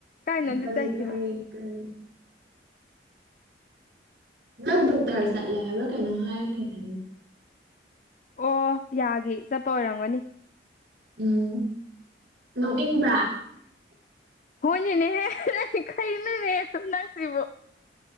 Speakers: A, on the left; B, on the right.
A: ꯀꯥꯏꯅꯣꯝꯗꯤ
B: ꯀꯔꯤ
A: ꯆꯠꯈꯤꯕ
B: ꯀꯔꯤ ꯀꯔꯤ ꯅꯪ ꯗꯣꯛꯇꯔ ꯆꯠꯂꯦ ꯍꯥꯏꯕ꯭ꯔꯥ ꯀꯩꯅꯣ ꯍꯥꯏꯔꯛꯈꯤꯅꯦ
A: ꯑꯣ ꯌꯥꯒꯦ ꯆꯠꯄ ꯑꯣꯏꯔꯝꯒꯅꯤ
B: ꯎꯝ ꯅꯣꯛꯅꯤꯡꯕ꯭ꯔꯥ
A: ꯍꯣꯏꯅꯤꯅꯦꯍꯦ ꯀꯅꯅꯦ ꯑꯗꯨꯝ ꯅꯪꯁꯤ꯭ꯔꯤꯕꯣ